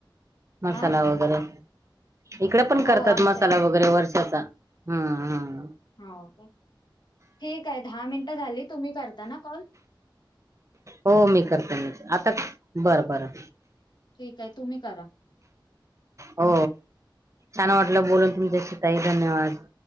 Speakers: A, on the right; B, on the left.
A: मसाला
B: आ
A: वगैरे इकडे पण
B: हो
A: करतात
B: आमच्या
A: मसाला
B: इकडे करतात
A: वगैरे वर्षाचा हम्म हम्
B: हो ठीक आहे दहा मिनटं झाली तुम्ही करताना कॉल
A: हो मी करते मी आता बर बरं
B: ठीक आहे. तुम्ही करा.
A: हो छान वाटलं बोलून तुमच्याशी ताई धन्यवाद